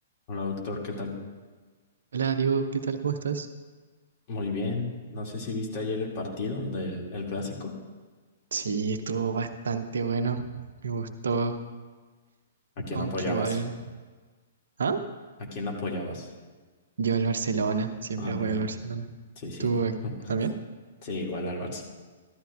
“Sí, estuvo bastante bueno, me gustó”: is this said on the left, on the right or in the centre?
Right